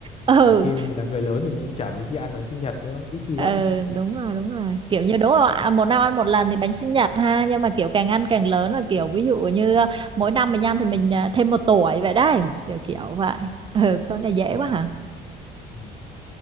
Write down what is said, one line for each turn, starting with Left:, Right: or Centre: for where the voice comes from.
Right: ừ
Left: Nhiều khi mình là người lớn thì mình cũng chả mấy khi ăn bánh sinh nhật nữa ít khi
Right: ờ,
Left: lắm
Right: đúng rồi đúng rồi kiểu như đúng rồi à, một năm ăn một lần thì bánh sinh nhật ha nhưng mà kiểu càng ăn càng lớn là kiểu ví dụ như à, mỗi năm mình ăn thì mình à, thêm một tuổi vậy đấy kiểu kiểu vậy ừ con này dễ
Left: Ờ.
Right: quá hả
Left: Ừ.